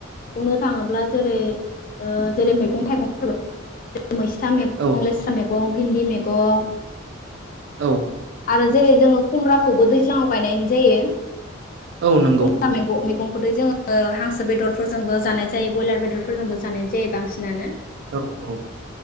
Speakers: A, on the left; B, on the right.
A: बुंनो थाङोब्ला जेरै ओ जेरै मैगं थाइगंफोर मैस्था मैगं
B: औ
A: लेस्रा मैगं भिन्दि मैगं
B: औ।
A: आरो जेरै जोङो खुमब्राखौबो दैज्लाङाव गायनाय जायो‌।
B: औ नंगौ।
A: <unintelligible> मैगंखौ दै जोङो हांसो बेदरफोरजोंबो जानाय जायो बयलार बेदरफोरजोंबो जानाय जायो बांसिनानो
B: औ औ।